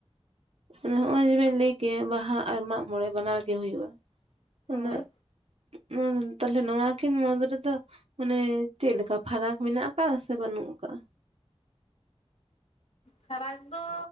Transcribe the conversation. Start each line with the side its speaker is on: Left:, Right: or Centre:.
Right: ᱱᱚᱜᱼᱚᱭ ᱵᱮᱱ ᱞᱟᱹᱭ ᱠᱮᱜ ᱵᱟᱦᱟ ᱟᱨ ᱢᱟᱜ ᱢᱚᱬᱮ ᱵᱟᱱᱟᱣ ᱜᱮ ᱦᱩᱭᱩᱜᱼᱟ᱾ ᱩᱱᱟᱹᱜ
Left: ᱦᱳᱭ
Right: ᱱᱚᱣᱟ ᱫᱚᱱ ᱛᱟᱦᱟᱞᱮ ᱱᱚᱣᱟ ᱠᱤᱱ ᱢᱩᱫ ᱨᱮᱫᱚ ᱢᱟᱱᱮ ᱪᱮᱫ ᱞᱮᱠᱟ ᱯᱷᱟᱨᱟᱠ ᱢᱮᱱᱟᱜ ᱠᱟᱜᱼᱟ ᱥᱮ ᱵᱟᱹᱱᱩᱜ ᱟᱠᱟᱜᱼᱟ?
Left: ᱯᱷᱟᱨᱟᱠ ᱫᱚ